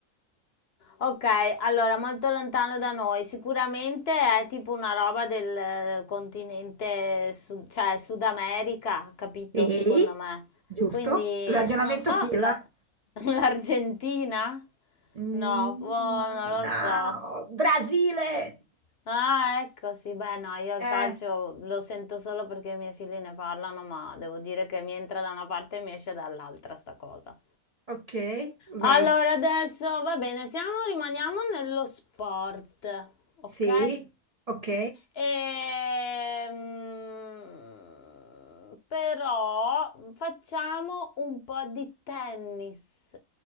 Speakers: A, on the left (about 55°); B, on the right (about 70°).
A: Ok, allora, molto lontano da noi. Sicuramente è tipo una roba del eh, continente, sud- cioè Sud America, capito,
B: Sì,
A: secondo me.
B: giusto?
A: Quindi,
B: Ragionamento
A: non so,
B: fila.
A: la- <laughs> l'Argentina?
B: Mm,
A: No, boh, non lo
B: no,
A: so.
B: Brasile!
A: Ah, ecco, sì, beh, no, io il
B: Eh,
A: calcio lo sento solo perché i miei figli ne parlano, ma devo dire che mi entra da una parte e mi esce dall'altra sta cosa.
B: Ok, vai.
A: Allora, adesso va bene, siamo, rimaniamo nello sport, ok?
B: Sì, ok.
A: Ehm, però facciamo un po' di tennis.